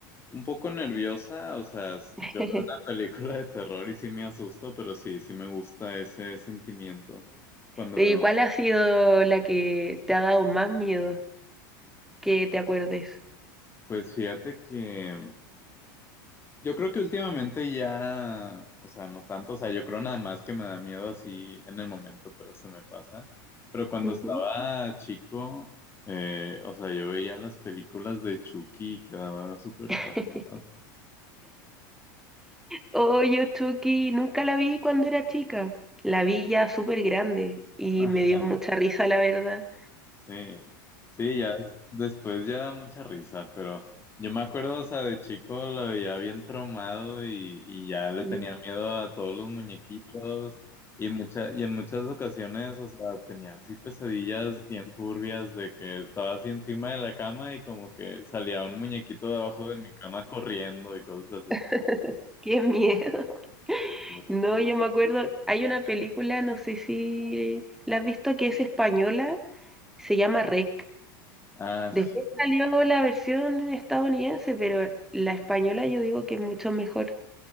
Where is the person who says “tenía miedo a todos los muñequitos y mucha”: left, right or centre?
Left